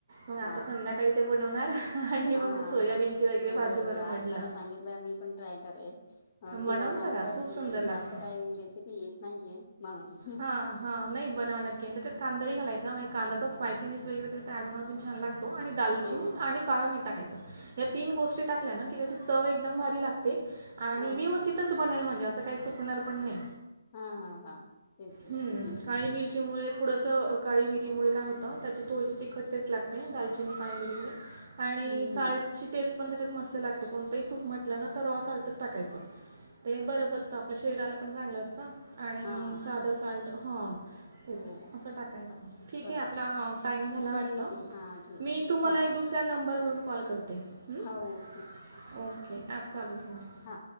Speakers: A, on the right; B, on the left.
A: मग आता
B: हा
A: संध्याकाळी ते बनवणार आणि
B: हा
A: मग
B: हा
A: सोयाबीनची
B: हा..
A: वगैरे
B: हो
A: भाजी
B: बरोबर
A: बनव
B: आज
A: म्हटलं.
B: मला सांगितलं मी पण ट्राय करेल. अ.. किंवा
A: बनवून
B: मला
A: बघा
B: काय
A: खूप
B: शेंग्याच,
A: सुंदर लागतं.
B: जास्त काही रेसिपी येत नाहीये म्हणून.
A: हा हा.. नाही बनवान नक्की. त्यात कांदाही घालायचा म्हणजे कांद्याचा स्पायसिनेस वगैरे तर ते अँड होऊन अजून छान लागतो आणि दालचिनी
B: हो
A: आणि काळ मीठ टाकायचं, या तीन गोष्टी टाकल्या ना की, त्याची चव एकदम भारी लागते. आणि
B: हा
A: व्यवस्थित. तच बनेल म्हणजे असं काही चुकणार पण नाही.
B: हा हा हा. तेच ना
A: हम्म
B: हम्म
A: काळी मिरची मुळे थोडंसं काळी मिरीमुळे काय होतं त्याचे थोडीशी तिखट टेस्ट लागते दालचिनी काळी मिरीमुळे. आणि
B: हम्म
A: साल्टची
B: हम्म
A: टेस्ट पण त्याच्यात मस्त लागते, कोणतंही सूप म्हटलं ना तर रॉ साल्टच टाकायचं. ते बर पचत आपल्या शरीराला पण चांगलं असतं आणि
B: हा हा
A: साधं साल्ट हां तेच
B: हो
A: असं टाकायचं
B: खरं
A: ठीक
B: बरोबर
A: आहे आपला टाईम झाला
B: ठीक
A: वाटतं
B: आहे हा ठीक
A: मी
B: आहे
A: तुम्हाला
B: हा
A: एक दुसर त्या नंबरवरून कॉल करते म्ह
B: हो
A: ओके ॲप चालू ठेवा
B: हा